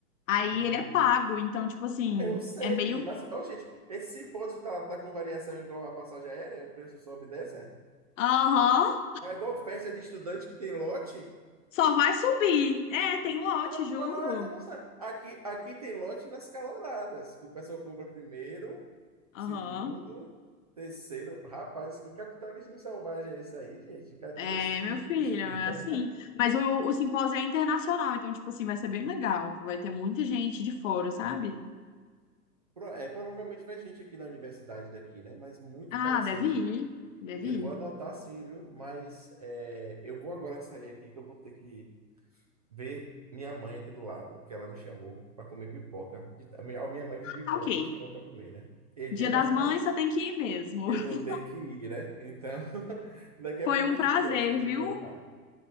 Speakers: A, on the left; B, on the right.
A: Aí
B: uhum.
A: ele é pago, então, tipo assim,
B: Eu sei
A: é meio.
B: disso. Mas, ô, gente, esse simpósio tá, tá com variação igual a passagem aérea? O preço sobe e desce? É
A: Aham,
B: É igual festa de estudante que tem lote?
A: só vai subir. É, tem lote,
B: Rapaz,
A: juro.
B: eu não sei. Aqui, aqui tem lote nas caloradas, que o pessoal compra primeiro,
A: Aham.
B: segundo, terceiro. Rapaz, que capitalismo selvagem é esse aí, gente? Cadê
A: É,
B: o espírito
A: meu filho,
B: de estudar?
A: é assim. Mas o, o simpósio é internacional, então, tipo assim, vai ser bem legal. Vai ter muita gente de fora, sabe?
B: Pro- É, provavelmente vai gente aqui na universidade daqui, né? Mas muito
A: Ah,
B: interessante.
A: deve ir. Deve
B: Eu
A: ir.
B: vou anotar sim, viu? Mas é, eu vou agora sair aqui que eu vou ter que ver minha mãe aqui do lado, que ela me chamou para comer pipoca. De- A minha a minha mãe fez pipoca
A: Tá ok.
B: e me chamou para comer, né? E é
A: Dia
B: dia das
A: das
B: mães.
A: Mães, você tem que ir mesmo.
B: Eu
A: <laughs>
B: vou ter que ir, né? Então, <laughs> daqui
A: Foi
B: a pouco
A: um
B: a
A: prazer,
B: gente conversa quando
A: viu?
B: eu voltar.